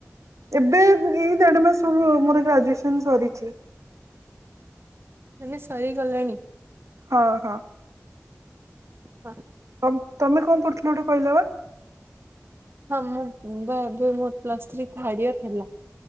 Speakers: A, on the right; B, on the right.
A: ଏବେ ଏଇ ଦେଢ ମାସ ହବ ମୋର ଗ୍ରାଜୁଏସନ୍ ସରିଛି।
B: ମାନେ ସରିଗଲାଣି?
A: ହଁ ହଁ।
B: ହଁ।
A: ତମ-ତମେ କଣ ପଢୁଥିଲ ଗୋଟେ କହିଲ ବା
B: ହଁ ମୁଁ ମୁଁ ପା ଏଵେ <unintelligible> ପ୍ଲସ ଥ୍ରୀ ଥାର୍ଡ ଇୟର ହେଲା।